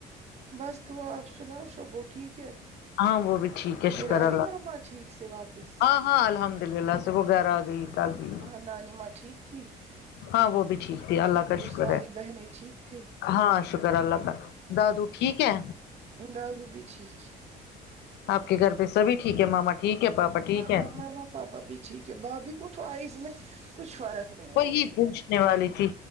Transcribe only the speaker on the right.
بس دعا آپ سناؤ شبو ٹھیک ہے
پھر
آئی
مما ٹھیک سے واپس
وہاں نانی ماں ٹھیک تھی
وہ
ساری
بہنیں ٹھیک تھے
دادو بھی ٹھیک ہے
مما اور پاپا بھی ٹھیک ہے بھابھی کو تو آئز میں کچھ فرق نہیں ہو
رہی ہے